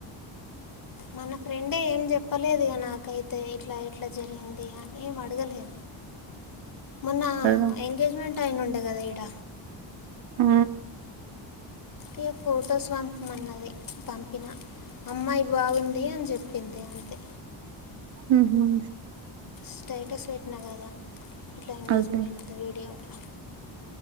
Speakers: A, on the left; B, on the right.
A: మన ఫ్రెండే ఏం చెప్పలేదుగా నాకైతే ఇట్లా ఇట్లా జరిగింది అని ఏం అడగలే
B: <inaudible>
A: మొన్న
B: ఆ
A: ఎంగేజ్మెంట్ ఐన్ ఉండే కదా ఈడ
B: ఆ
A: ఇగా ఫొటోస్ వంపుమన్నది పంపిన అమ్మాయి బాగుంది అని చెప్పింది అంతే
B: ఉహు
A: స్టేటస్ వెట్టినా కదా ఇట్లా ఎంగేజ్మెంట్
B: అదే
A: వీడియో అట్లా